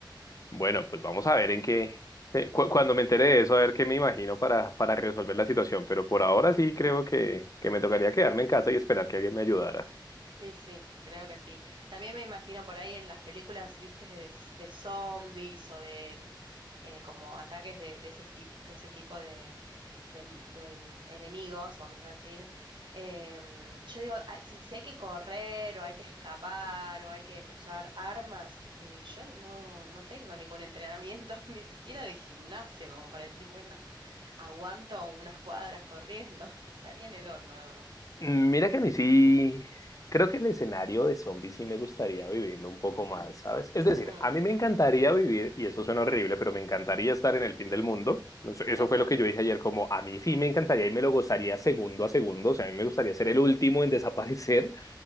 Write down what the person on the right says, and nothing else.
Y sí, creo que sí. También me imagino por ahí en las películas, viste, de, s- de zombies o de eh, como ataques de, de ese, esti- de ese tipo de, de, m- de mm, enemigos, vamos a decir. Em, yo digo, ah, si, si hay que correr o hay que escapar o hay que usar armas, eh, yo no, no tengo ningún entrenamiento, <laughs> ni siquiera de gimnasio, como para decir, bueno, aguanto unas cuadras corriendo. <laughs> Estaría en el horno, la verdad.
Mm,
<laughs>